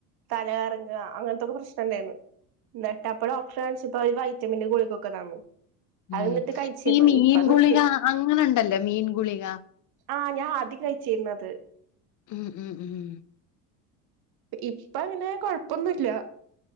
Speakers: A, on the right (about 60°); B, on the left (about 45°).
A: തലകറങ്ങ അങ്ങൻത്തൊക്കെ പ്രശ്നണ്ടേര്ന്നു ഇന്നട്ടപ്പ അപ്പ ടോക്‌ട്രറ കാണിച്ചപ്പം ഓര് വൈറ്റമിന്റെ ഗുളികൊക്കെ തന്ന്
B: ഉം
A: അത് എന്നിട്ട് കഴിച്ചിരുന്നു
B: ഈ മീൻ
A: ഇപ്പ നിർത്തി
B: ഗുളിക അങ്ങനെണ്ടല്ലോ മീൻ ഗുളിക
A: ആഹ് ഞാ ആദ്യം കഴിച്ചീര്ന്നത്.
B: ഉം ഉം ഊം.
A: ഇപ്പങ്ങനെ കൊഴ്പ്പൊന്നുല്ലാ